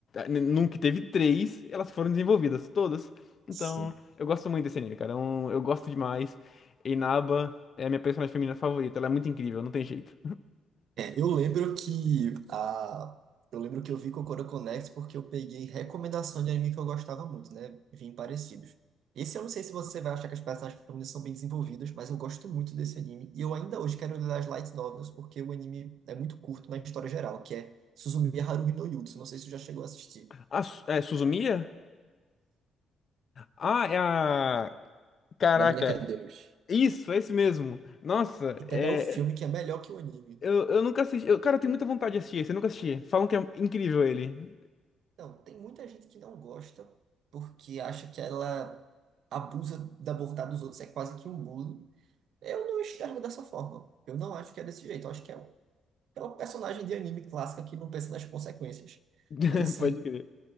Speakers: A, on the left (about 50°); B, on the right (about 70°).
A: Nunca teve três, elas foram desenvolvidas todas. Então,
B: Sim.
A: eu gosto muito desse anime, cara. É um- Eu, gosto demais. Inaba é a minha personagem feminina favorita. Ela é muito incrível, não tem jeito.
B: É, eu lembro que a, eu lembro que eu vi Kokoro Connect porque eu peguei recomendação de anime que eu gostava muito, né? Vim parecidos. Esse eu não sei se você vai achar que as personagens femininas são bem desenvolvidas, mas eu gosto muito desse anime. E eu ainda hoje quero ler as light novels porque o anime é muito curto na história geral, que é Suzumiya Haruhi no Yutsu. Não sei se você já chegou a assistir.
A: Ah, Su- é Suzumiya? Ah, é a. Caraca.
B: Da mina que é Deus.
A: Isso, é esse mesmo. Nossa,
B: E tem
A: é.
B: até o filme que é melhor que o anime.
A: Eu, eu nunca assisti. eu- cara, eu tenho muita vontade de assistir esse. Eu nunca assisti. Falam que é incrível ele.
B: Então, tem muita gente que não gosta porque acha que ela abusa da bondade dos outros, é quase que um bullying. Eu não enxergo dessa forma. Eu não acho que é desse jeito. Eu acho que é um, é um personagem de anime clássica que não pensa nas consequências.
A: <laughs>
B: Mas assim,
A: Pode crer.